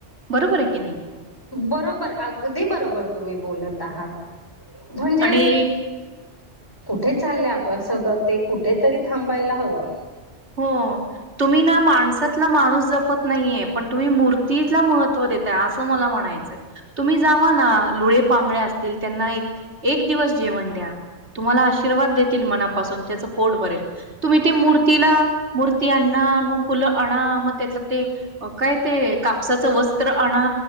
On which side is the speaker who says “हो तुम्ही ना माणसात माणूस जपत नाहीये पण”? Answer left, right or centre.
Right